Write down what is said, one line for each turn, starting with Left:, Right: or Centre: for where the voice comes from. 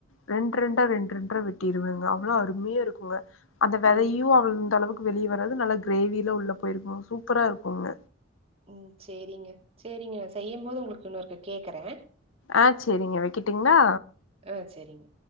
Left: ரெண் ரெண்டா ரெண் ரெண்டா வெட்டிருவங்க அவ்ளோ அருமையா இருக்குங்க அந்த வெதையு
Right: ம்,
Left: அவள்ந்த அளவுக்கு வெளியே வறாது நல்லா கிரேவில உள்ள போயிருக்கு சூப்பரா இருக்குங்க
Right: ம் சேரிங்க சேரிங்க நா செய்யு போது உங்களுக்கு இன்னொருக்க கேட்குறே
Left: ஆ சேரிங்க வக்கிட்டுங்களா
Right: ஆ செரிங்க